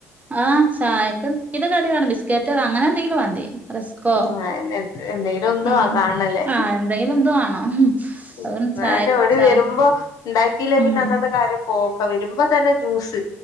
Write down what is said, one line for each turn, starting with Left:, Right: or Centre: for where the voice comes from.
Right: ആഹ് ചായക്ക് എന്തേലും കടി വേണ ബിസ്ക്കറ്റ് അങ്ങനെ എന്തെങ്കിലും മതി റസ്കോ
Left: ഉം എന്തേലും ഒന്ന്
Right: ഉം,
Left: കാണണല്ലേ
Right: ആഹ എന്തെങ്കിലും എന്തു വേണം
Left: <unintelligible>
Right: അതുകൊണ്ട് ചായ
Left: ഇവിടെ
Right: ചായ
Left: വരുമ്പോ ഉണ്ടാക്കിയില്ലേ
Right: ഉം
Left: പിന്നെ അന്നത്തെ കാര്യം പോക്ക, വരുമ്പോ തന്നെ ജ്യൂസ്